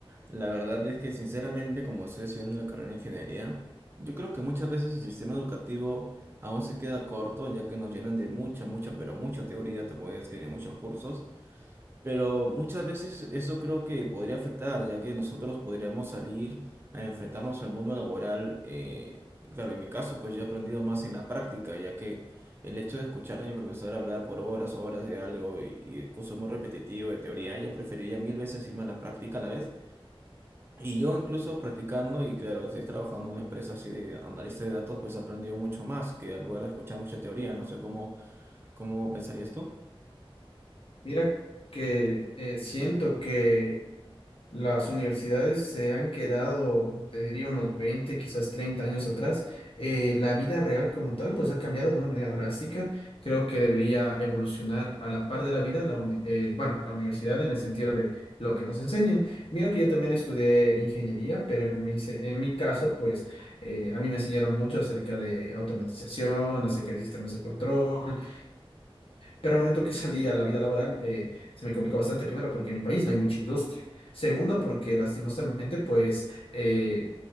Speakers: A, on the right; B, on the left.
A: la verdad es que sinceramente, como estoy estudiando la carrera de ingeniería, yo creo que muchas veces el sistema educativo aún se queda corto, ya que nos llenan de mucha, mucha, pero mucha teoría, te puedes escribir muchos cursos, pero muchas veces eso creo que podría afectar, ya que nosotros podríamos salir a enfrentarnos al mundo laboral. eh, claro, en mi caso, pues yo he aprendido más en la práctica, ya que el hecho de escuchar a mi profesor hablar por horas, horas de algo y, y el curso es muy repetitivo de teoría, yo preferiría mil veces irme a la práctica a la vez. Y yo incluso practicando, y claro, estoy trabajando en una empresa así de analista de datos, pues he aprendido mucho más que al lugar de escuchar mucha teoría. No sé cómo, cómo pensarías tú.
B: Mira que eh, siento que Las universidades se han quedado, te diría, unos 20 quizás 30 años atrás. Eh, la vida real como tal, pues ha cambiado de una manera drástica. Creo que debería evolucionar a la par de la vida, la uni- eh, bueno, la universidad en el sentido de lo que nos enseñan. Mira que yo también estudié ingeniería, pero en mi, se- en mi caso, pues eh, a mí me enseñaron mucho acerca de automatización, acerca de sistemas de control, pero al momento que salí a la vida laboral, eh, se me complicó bastante, primero, porque en mi país no hay mucha industria. Segundo, porque lastimosamente, pues, eh,